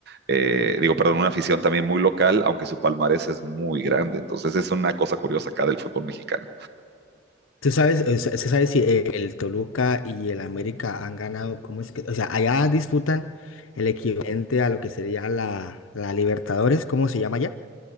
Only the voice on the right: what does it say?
eh, digo, perdón, una afición también muy local, aunque su palmarés es muy grande. Entonces es una cosa curiosa acá del fútbol mexicano.